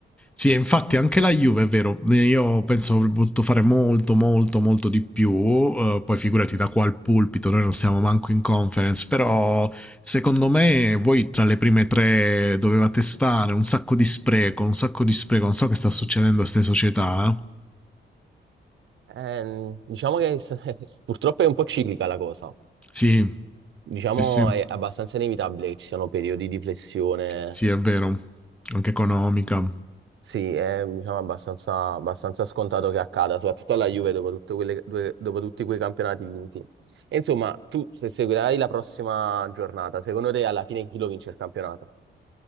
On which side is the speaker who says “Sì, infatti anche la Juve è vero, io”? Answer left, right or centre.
Centre